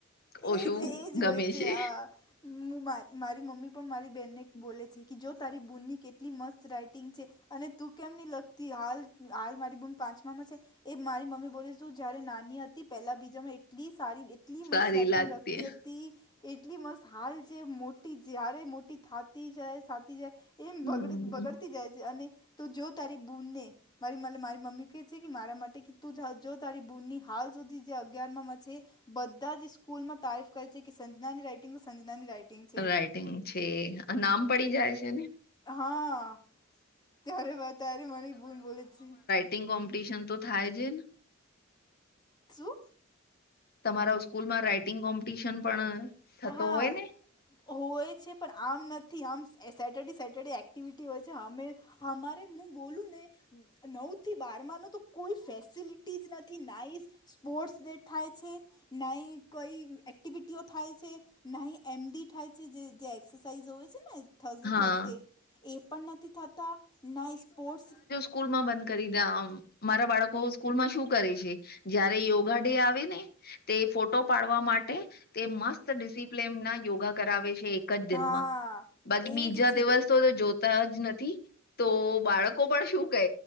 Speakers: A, on the left (about 20°); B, on the left (about 50°).
A: એજ
B: ઓછું
A: એજ હોય
B: ગમે છે.
A: આ હું માર મારી મમ્મી પણ મારી બેહેનને બોલે છે કે જો તારી બૂનની કેટલી મસ્ત રાઈટિંગ છે. અને તું કેમ ની લગતી હાલ હાલ મારી બૂમ પાંચમામાં છે. એ મારી મમ્મી બોલી જયારે નાની હતી પેલા બીજામાં એટલી સારી એટલી
B: સારી
A: મસ્ત રાઈટિંગ
B: લાગતી
A: રખતી હતી. એટલી મસ્ત હાલ જે મોટી જ્યારે મોટી થતી જાય થતી જાય. એમ
B: હમ
A: બગડ બગડતી જાય છે અને, તો જો તારી બૂનને. મારી મારી મમ્મી કે છે મારા માટે તું જો તારી બૂનની હાલ સુધી જે અગયાર છે, બધા જ સ્કૂલમાં તારીફ કરે છે કે સંજનાની રાઈટિંગ તો સંજના રાઈટિંગ. છે.
B: રાઈટિંગ છે નામ પડી જાય છે ને.
A: હા. ત્યારે ત્યારે મરી ભૂલ બોલે છે.
B: ંગ કોમ્પિટિશન તો થાય છે ને?
A: શું?
B: તમારા સ્કૂલમાં રાઈટિંગ કોમ્પિટિશન પણ થતો
A: હા
B: હોય ને?
A: હોય છે પણ આમ નથી આમ સેટરડે સેટર્ડે એક્ટિવિટી હોય છે અમે અમારે હું બોલું ને. નવથી બારમાંનો તો કોઈ ફેસિલિટી જ નથી નાઇસ. સ્પોર્ટ્સ ડે થાય છે નઈ કોઈ એક્ટિવિટીઓ થાય. એમ થાય છે હોય છે ને થે
B: હા
A: થસે. એ પણ નથી થતા, ન સ્પોર્ટ્સ
B: સ્કૂલ માં બંધ કરી દા આમ. મારા બાળકો સ્કૂલમાં શું કરે છે, જયારે યોગા ડે આવે ને. તે ફોટો પાડવા માટે, તે મસ્ત ડિસિપ્લન ના યોગા કરાવે છે. એક જ દિનમાં,
A: હા
B: બાકી
A: એજ
B: બીજા
A: છે
B: દિવસ તો જોતા જ નથી. તો બાળકો પણ શું કહે.